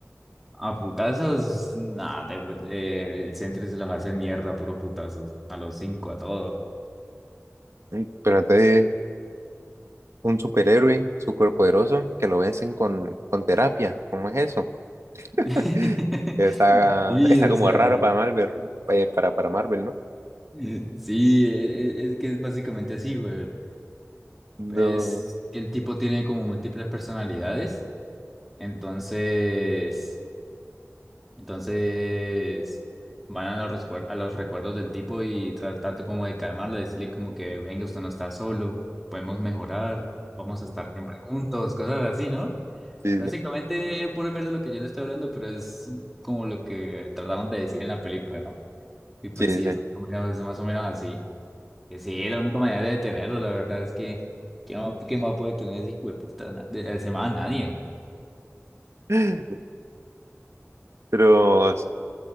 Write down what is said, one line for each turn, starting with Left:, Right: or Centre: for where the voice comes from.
Centre: a putazos, nada, el Sentry se los hace mierda, puros putazos, a los cinco, a todos.
Right: mm, Trata de un superhéroe superpoderoso que lo vencen con, con terapia. ¿Cómo es eso?
Centre: <laughs>
Right: <laughs> Está,
Centre: Sí,
Right: está
Centre: o
Right: como
Centre: sea,
Right: raro para Marvel, eh, para, para Marvel, ¿no?
Centre: eh, sí, e- e- es, que es básicamente así, güey.
Right: No,
Centre: Es que el tipo tiene como múltiples personalidades, entonces, entonces van a los, recuer- a los recuerdos del tipo y tratando como de calmarlo, decirle como que venga, usted no está solo, podemos mejorar, vamos a estar siempre juntos, cosas así, ¿no?
Right: sí,
Centre: Básicamente, pura mierda lo que yo le estoy hablando, pero es como lo que trataron de decir en la película, ¿no? Y pues
Right: sí,
Centre: sí,
Right: sí,
Centre: es más o menos, es más o menos así. Que sí, es la única manera de detenerlo, la verdad es que ¿quién va, quién va a poder tener ese hijo de puta na- de, ese man? Nadie.
Right: sí. <laughs> Pero,